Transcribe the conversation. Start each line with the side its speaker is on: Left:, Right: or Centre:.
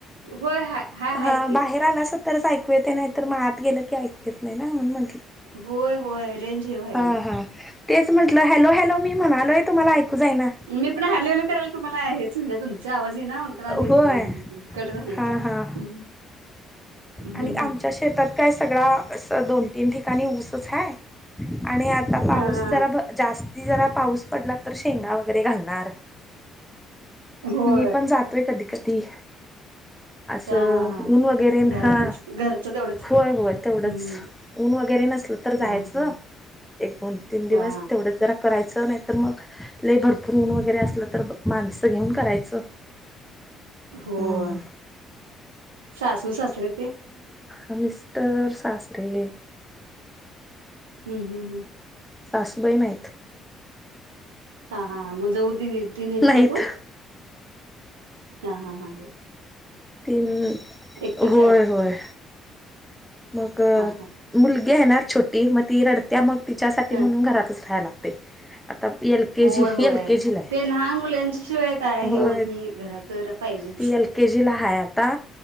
Right: होय हाय.. हाय हाय
Centre: हा
Right: की
Centre: बाहेर आला स तरच ऐकू येत नाही तर मग आत गेलं की ऐकू येत नाही ना म्हण म्हंटलं...
Right: होय होय रेंज हे व्हायलय
Centre: हा हा तेच म्हंटलं हॅलो हॅलो मी म्हणालोय तुम्हाला ऐकू जाय ना...
Right: मी पण हॅलो हॅलो करायल तुम्हाला हेच हो ना तुमचा आवाज ह ना म्हण आली
Centre: होय
Right: कट झालेय
Centre: हा
Right: काय...
Centre: हा
Right: हम् हम्
Centre: आणि
Right: हम्म....
Centre: आमच्या शेतात काय सगळा असं दोन तीन ठिकाणी ऊसच आहे... आणि आता...
Right: हा हा...
Centre: जरा जास्ती जरा पाऊस पडला तर शेंगा वगैरे घालणार...
Right: होय
Centre: मी पण जातोय कधी कधी... असं
Right: हा हा हा
Centre: ऊन वगैरे
Right: घरातच
Centre: हा
Right: घरचं तेवढंच
Centre: होय होय तेवढंच....
Right: हम्म
Centre: ऊन वगैरे नसल तर जायचं..
Right: हा हा
Centre: एक दोन तीन दिवस
Right: हा
Centre: तेवढं जरा करायचं नाही तर मग लय भरपूर.... फरुण वगैरे असलं तर माणसं घेऊन करायचं...
Right: होय
Centre: हम्म.
Right: सासू सासरे ते....
Centre: हमि तर सासरे आहे.
Right: हम् हम्.
Centre: सासूबाइ नाईत.
Right: हा हा मग जाऊ त ती नत
Centre: नाहीत
Right: काय कोण? ह हा हा हां.
Centre: तीन
Right: एकटंच
Centre: होय
Right: आहे वाटतं
Centre: होय. मग
Right: हा
Centre: मुलगी येणार छोटी मग ती रडत्या मग तिच्यासाठी म्हणून
Right: हा
Centre: घरातच राहायला. ते आता. एल के
Right: होय
Centre: जी
Right: होय
Centre: एल के जीला
Right: ते लहान मुलांच्या शिवाय काय हे
Centre: होय.
Right: होत नाही घरात तर पाहिजेच.
Centre: ती एल के जीला हाय आता.